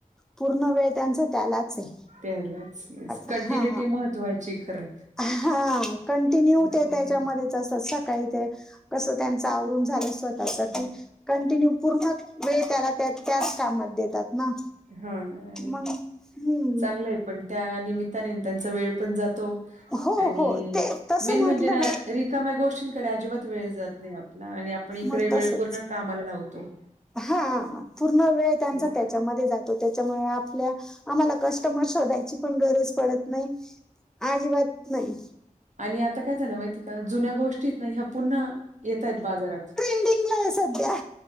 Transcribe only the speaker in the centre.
पूर्ण वेळ त्यांचा त्यालाच आहे.
हा
हा कंटिन्यू
ते त्याच्यामध्ये चस सकाळी ते कस त्यांच आवरून झालं स्वतःच
की कंटिन्यू पूर्ण वेळ त्याला त्या -त्याच कामात देतात ना.
मग हम्म.
हो
हो ते तसं
म्हटलं
मग
तसच
हा पूर्ण वेळ त्यांचा
त्याच्यामध्ये
जात त त्याच्यामुळे आपल्या आम्हाला कस्टमर शोधायची पण गरज पडत नाही अजिबात नाही.
ट्रेंडिंगला आहे सध्या